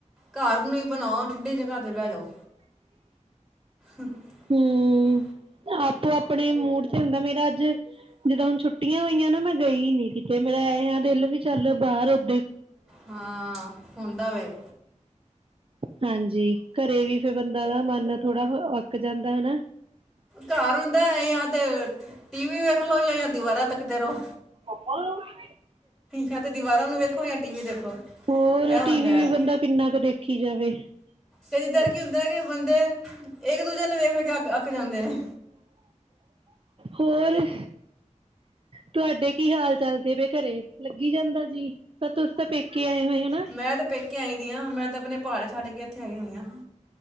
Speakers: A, in the centre; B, on the right (about 45°).
A: ਘਰ ਨੂੰ ਹੀ ਬਨਾਓ ਠੰਡੀ ਜਗ੍ਹਾ ਤੇ ਬਹਿ ਜਾਓ। ਹ <inaudible>
B: ਹੂੰ ਆਪੋ ਆਪਣੇ ਮੂਡ ਤੇ ਹੁੰਦਾ ਮੇਰਾ ਅੱਜ ਜਦੋ ਹੁਣ ਛੁੱਟੀਆਂ ਹੋਈਆਂ ਨਾ ਮੈਂ ਗਈ ਨੀ ਕਿਤੇ ਮੇਰਾ ਐ ਆ ਦਿਲ ਵੀ ਚੱਲ ਬਾਹਰ ਓਦ
A: ਹਾਂ ਹੁੰਦਾ ਵੇਂ
B: ਹਾਂਜੀ ਘਰੇ ਵੀ ਫਿਰਰ ਬੰਦਾ ਦਾ ਮਨ ਥੋੜਾ ਅੱਕ ਜਾਂਦਾ ਹਨਾ
A: ਘਰ ਹੁੰਦਾ ਜਾਂ ਤੇ ਟੀ ਵੀ ਵੇਖ ਲਓ ਜਾਂ ਜਾਂ ਦੀਵਾਰ ਤਬਕਦੇ ਰਹੋ
B: ਉਹਲ <unintelligible>
A: ਜਾਂ ਤੇ ਦੀਵਾਰਾਂ ਨੂੰ ਵੇਖੋ ਜਾਂ ਟੀਵ ਦੇਖੋ
B: ਹੋਰ
A: ਇਹ ਹੁੰਦਾ
B: ਟੀਵੀ
A: ਹੈ
B: ਵੀ ਬੰਦਾ ਕਿੰਨਾ ਕੁ ਦੇਖੀ ਜਾਵੇ <inaudible>
A: ਕਦੀ ਤਰ ਕੀ ਹੁੰਦਾ ਹੈ ਕਿ ਬੰਦੇ ਇੱਕ ਦੂਜੇ ਨੂੰ ਵੇਖ ਵੇਖ ਕੇ ਅੱਕ ਅੱਕ ਜਾਂਦੇ ਨੇ।
B: ਹੋਰ- ਤੁਹਾਡੇ ਕੀ ਹਾਲ ਚਲਦੇ ਘਰੇ ਲੱਗੀ ਜਾਂਦਾ ਜੀ ਤਾਂ ਤਾਂ ਪੇਕੇ ਆਏ ਹੋਏ ਹਨਾ
A: ਮੈਂ ਤੇ ਪੇਕੇ ਆਈ ਦੀ ਹ ਮੈਂ ਤਾਂ ਆਪਣੇ ਪਹਾੜੇ ਛਾੜੇ ਕੇ ਇੱਥੇ ਆਈ ਹੋਈਆਂ